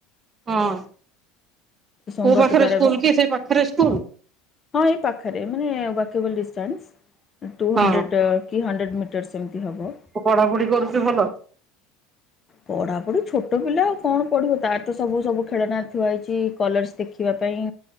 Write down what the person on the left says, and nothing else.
ସୋମବାରଠୁ
ତାର
ଏବେ
ହଁ ଏଇ ପାଖରେ ମାନେ ୱାକେବଲ୍ ଡିଷ୍ଟାନ୍ସ। ଟୁ ହଣ୍ଡ୍ରେଡ଼୍
କି ହଣ୍ଡ୍ରେଡ଼୍ ମିଟର୍ସ ଏମିତି ହେବ।
ପଢ଼ାପଢ଼ି ଛୋଟ ପିଲା ଆଉ କଣ ପଢ଼ିବ ତାର ତ ସବୁ ସବୁ ଖେଳନା ଥୁଆ ହେଇଛି। କଲର୍ସ ଦେଖିବା ପାଇଁ